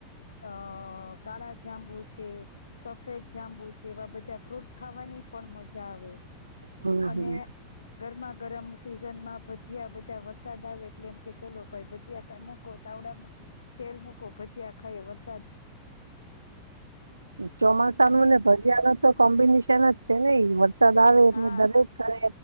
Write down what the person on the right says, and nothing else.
હમ હમ
હમ
ચોમાસા
ન ને ભજીયા ન તો કોમ્બિનેશન જ છે નેઈ. વરસાદ
આવે એટલે
દરેક ઘરે